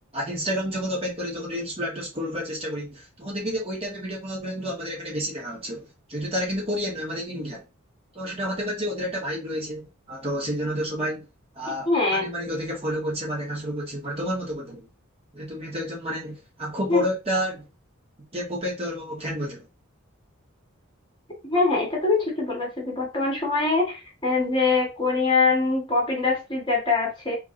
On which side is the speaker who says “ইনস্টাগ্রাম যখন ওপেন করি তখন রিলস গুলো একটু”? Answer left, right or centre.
Right